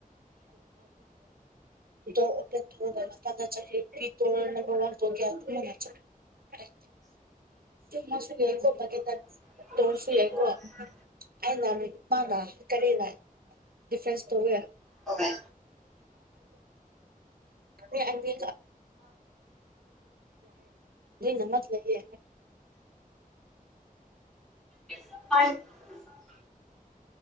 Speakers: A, on the right; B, in the centre.
A: ꯣ ꯊꯅ ꯆꯂꯦꯠ ꯄꯤ ꯇ ꯅ ꯋꯥ ꯀ ꯃꯥꯁꯨ ꯌꯥꯏꯀꯣ
B: ꯍꯣꯏ ꯎꯝ
A: ꯇꯧꯔꯁꯨ ꯌꯥꯏꯀꯣ ꯑ ꯂꯥꯛꯅꯤ ꯃꯥ ꯂꯥꯛꯑꯦ ꯀꯔꯤ ꯂꯥꯛꯑ ꯗꯤꯐ꯭ꯔꯦꯟꯁ ꯇꯧꯋꯦ
B: ꯍꯣꯏ
A: ꯌꯥ ꯑꯗꯨ ꯅꯃꯛ ꯂꯩ
B: <unintelligible>